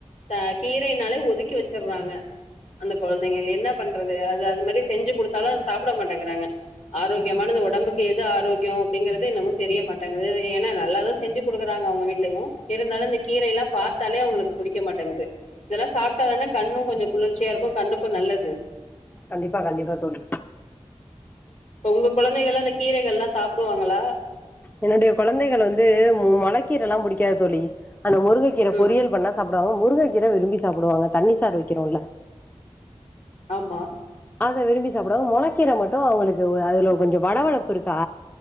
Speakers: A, on the left (about 75°); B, on the left (about 15°).
A: த கீரைனாலே ஒதுக்கி வச்சர்றாங்க அந்த கொழந்தைங்கள் என்ன பண்றது அது அது மாரி செஞ்சு குடுத்தாலு அத சாப் புட மாட்டெங்குறாங்க ஆரோக்கியமானத உடம்புக்கு எது ஆரோக்யொ அப்டிங்கிறது இன்னமு தெரிய மாட்டங்குது ஏனா நல்லாதா செஞ்சு குடுக்குறாங்க அவுங்க வீட்லயு இருந்தாலு இந்த கீரைலா பாத்தாலே அவுங்களுக்கு புடிக்கமாட்டேங்கது இதெல்லா சாப்டாதானே கண்ணு கொஞ்சொ குளிர்ச்சியா இருக்கு கண்ணுக்கு நல்லது
B: கண்டிப்பா கண்டிப்பா தோழி
A: உங்க கொழந்தைகள்லா இந்த கீரைகள்லா சாப்புடுவாங்களா
B: என்னுடைய கொழந்தைகள் வந்து மொளக்கீரல்லா புடிக்காது தோழி அந்த முருங்க கீர
A: ம்
B: பொரியல் பண்ணா சாப்டுவாங்க முருங்க கீர விரும்பி சாப்புடுவாங்க தண்ணி சாறு வக்கிறோல்ல
A: ஆமா
B: அத விரும்பி சாப்புடுவாங்க மொளக்கீர மட்டு அவுங்களுக்கு அதுல கொஞ்சொ வழவழப்பு இருக்கா